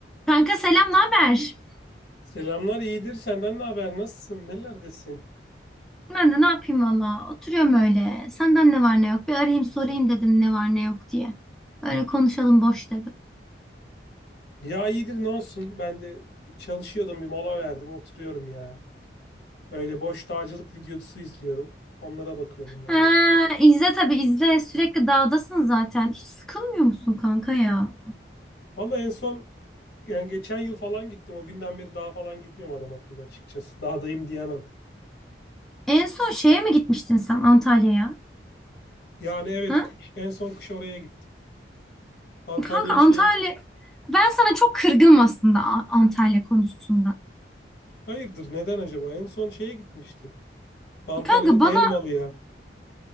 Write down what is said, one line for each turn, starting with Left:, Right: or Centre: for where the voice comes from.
Centre: Kanka selam, ne haber?
Left: Selamlar iyidir. Senden ne haber? Nasılsın? Nelerdesin?
Centre: Ben de ne yapayım valla. Oturuyorum öyle. Senden ne var ne yok. Bir arayayım sorayım dedim ne var ne yok diye. Öyle konuşalım boş dedim.
Left: Ya iyidir ne olsun? Ben de çalışıyordum bir mola verdim oturuyorum ya. Öyle boş dağcılık videosu izliyorum. Onlara bakıyordum vallahi.
Centre: Ha, izle tabii izle. Sürekli dağdasın zaten. Hiç sıkılmıyor musun kanka ya?
Left: Vallahi en son yani geçen yıl falan gittim. O günden beri daha falan gitmiyorum adam akıllı açıkçası. Dağdayım diyemem.
Centre: En son şeye mi gitmiştin sen Antalya'ya?
Left: Yani evet
Centre: Ha?
Left: kış, en son kış oraya gittim. Antalya'ya
Centre: Kanka Antalya...
Left: şeye
Centre: Ben sana çok kırgınım aslında A- Antalya konusunda.
Left: Hayırdır neden acaba? En son şeye gitmiştim. Antalya'da
Centre: Kanka bana
Left: Elmalı'ya.